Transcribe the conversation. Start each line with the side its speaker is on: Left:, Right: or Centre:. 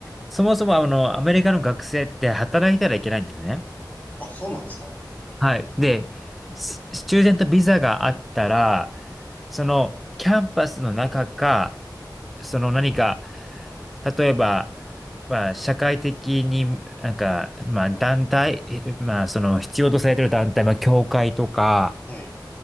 Centre: そもそもあの、アメリカの学生って働いたらいけないんですね。
Left: あ、そうなんですか
Centre: はい。で、ススチューデントビザがあったら、そのキャンパスの中か、その何か、例えば、まあ、社会的に、なんか、まあ、団体、えまあ、その必要とされてる団体、まあ、教会とか、
Left: はい。